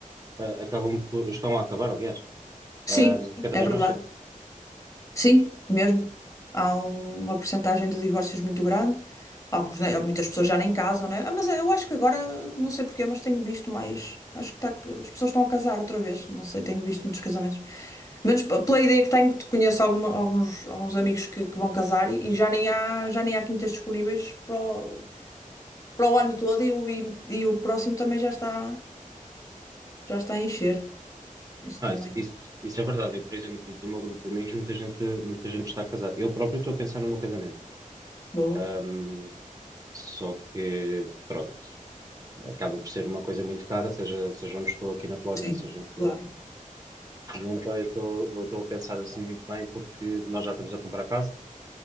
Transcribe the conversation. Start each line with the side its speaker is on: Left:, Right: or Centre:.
Right: ah, acabam por, estão a acabar, aliás, ah,
Left: Sim,
Right: cada vez
Left: é verdade.
Right: mais cedo.
Left: Sim, mesmo. Há um- uma porcentagem de divórcios muito grande. Alguns, né, Muitas pessoas já nem casam, né? Ah, mas eh, eu acho que agora, não sei porquê, mas tenho visto mais. Acho que tá- as pessoas estão a casar outra vez. Não sei, tenho visto muitos casamentos. Menos p- pela ideia que tenho, que conheço alguma- alguns, alguns amigos que, que vão casar e, e já nem há, já nem há quintas disponíveis para o, para o ano todo e o, e, e o próximo também já está, já está a encher. Isso
Right: Ah,
Left: também.
Right: isso, isso, isso é verdade. Eu, por exemplo, do meu grupo de amigos, muita gente, muita gente está a casar. Eu próprio estou a pensar no meu casamento.
Left: Boa.
Right: Ahm, só que, pronto, acaba por ser uma coisa muito cara, seja, seja onde estou aqui na Polónia,
Left: Sim,
Right: seja em Portugal.
Left: claro.
Right: E Então eu estou, eu estou a pensar assim muito bem, porque nós já estamos a comprar casa.